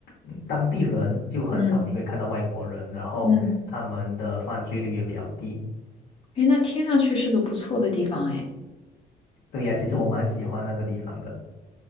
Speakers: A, on the left; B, on the left.
A: 嗯，当地人就很少你会看到外国人，
B: 嗯
A: 然后他们的犯罪率也比较低。
B: 嗯，哎，那听上去是个不错的地方哎。
A: 对呀，其实我蛮喜欢那个地方的。